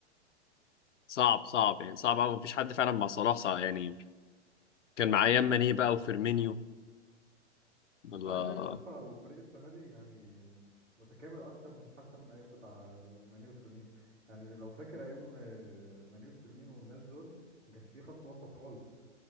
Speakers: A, on the left (about 80°); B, on the right (about 90°).
A: صعب صعب يعني صعب أوي مفيش حد فعلا مع صلاح صعب يعني كان معايا ماني بقى وفيرمينيو
B: بس
A: الله
B: انا شايف يا اسطى الفريق السنه دي يعني متكامل اكتر من حتى من ايام بتاع ماني وفيرمينو يعني لو فاكر ايام آه، ماني وفيرمينو والناس دول ما كانش فيه خط وسط خالص